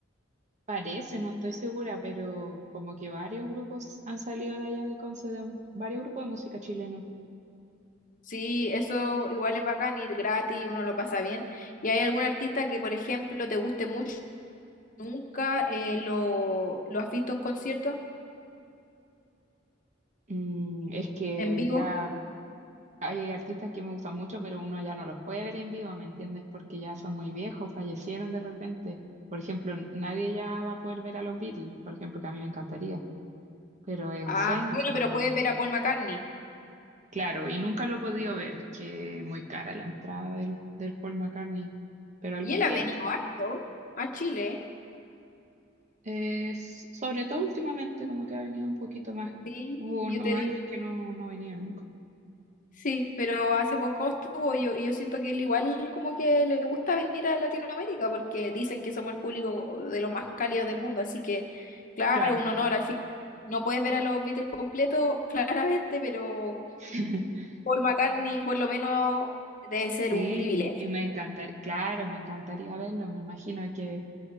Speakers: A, on the right; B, on the left.
A: Parece, no estoy segura, pero como que varios grupos han salido de allá de Conce, de- varios grupos de música chileno.
B: Sí, eso igual es bacán, ir gratis, uno lo pasa bien. ¿Y hay algún artista que, por ejemplo, te guste mucho, nunca eh, lo, lo has visto en concierto,
A: Mm, es que
B: en vivo?
A: ya hay artistas que me gustan mucho, pero uno ya no los puede ver en vivo, ¿me entiendes? Porque ya son muy viejos, fallecieron de repente. Por ejemplo, nadie ya va a poder ver a los Beatles, por ejemplo, que a mí me encantaría, pero es
B: Ah,
A: un sueño,
B: bueno,
A: pues
B: pero
A: no.
B: puedes ver a Paul McCartney.
A: Claro, y nunca lo he podido ver, que muy cara la entrada del, del Paul McCartney, pero algún
B: Y él ha
A: día
B: venido harto a Chile, ¿eh?
A: Es, sobre todo últimamente, como que ha venido un poquito más.
B: Sí,
A: Hubo unos
B: yo te
A: años
B: digo.
A: en que no, no venía nunca.
B: Sí, pero hace poco estuvo yo y yo siento que él igual como que le gusta venir a Latinoamérica porque dicen que somos el público de los más cálidos del mundo, así que claro,
A: Claro.
B: un honor. Al fin no puedes ver a los Beatles completos <laughs> claramente, pero
A: <laughs>
B: Paul McCartney por lo menos debe ser
A: Sí,
B: un privilegio.
A: y me encantaría, claro, me encantaría verlo, me imagino que